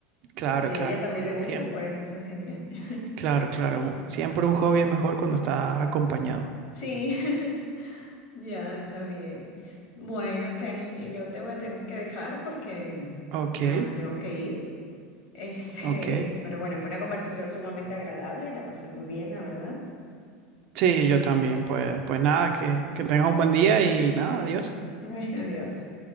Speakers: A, on the right; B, on the left.
A: Claro,
B: Y a
A: claro.
B: ella también le gusta,
A: Siem-
B: pues eso es genial. <laughs>
A: claro, claro. Siempre un hobby es mejor cuando estás acompañado.
B: Sí, <laughs> ya está bien. Bueno, cariño, yo te voy a tener que dejar porque
A: Ok,
B: ya me tengo que ir. Este,
A: ok.
B: <laughs> pero bueno, fue una conversación sumamente agradable y la pasé muy bien, la verdad. <laughs>
A: Sí, yo también, pues, pues nada, que, que tengas un buen día y nada, adiós.
B: Bueno, adiós.